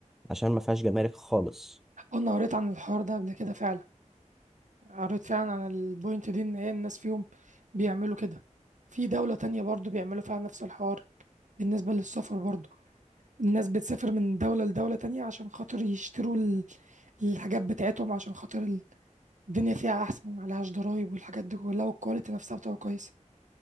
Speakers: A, in the centre; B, on the right (about 70°).
A: عشان ما فيهاش جمارك خالص
B: أنا قريت عن الحوار ده قبل كده فعلا قريت فعلا عن البوينت دي إن هي الناس فيهم بيعملوا كده في دولة تانية برضو بيعملوا فيها نفس الحوار بالنسبة للسفر برضو الناس بتسافر من دولة لدولة تانية عشان خاطر يشتروا ال- الحاجات بتاعتهم عشان خاطر ال- الدنيا فيها أحسن ومعلهاش ضرايب والحاجات دي كلها والكواليتي نفسها بتبقى كويسة